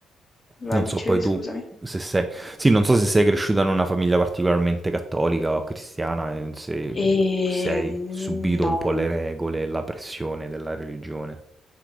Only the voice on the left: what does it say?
Vai,
dicevi,
scusami.
Ehm,
no.